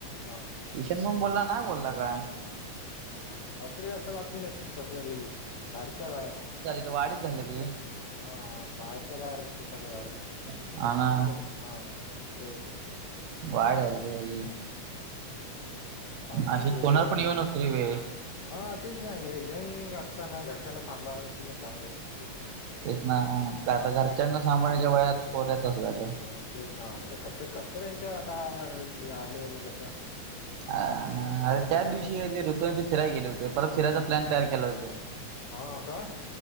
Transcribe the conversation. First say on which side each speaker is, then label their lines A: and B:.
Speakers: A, on the left; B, on the right.
A: हां
B: ईशन पण बोलला ना बोलला काय?
A: हा हॉस्ट्रेला असं बातमी नसे पसरलेली बाहेरच्या बाहेर
B: तो वाडीत झालं रे.
A: हा बाहेरच्या बाहेर ते सगळं झालं.
B: हा ना
A: तिकडन हा. ते
B: वाईट झालं री.
A: होय
B: अशी कोणावर
A: सोबत
B: पण येऊ नकोरी वेळ.
A: हा तेच ना य यंग असताना घरच्यांना सांभाळलं पाहिजे तेच ना.
B: तेच ना आता
A: फुकट
B: घरच्यांना सांभाळण्याच्या वयात पोऱ्याचा असं झालेय.
A: हो तेच ना आता कशे कसं त्यांच्या आता आ यालेय बघ आता.
B: अ हा अरे
A: घरच्यांना
B: त्याच दिवशी
A: पण
B: ते ऋतू ते फिराय गेले होते परत फिरायचा प्लॅन तयार केला होतो त्यांनी.
A: हा का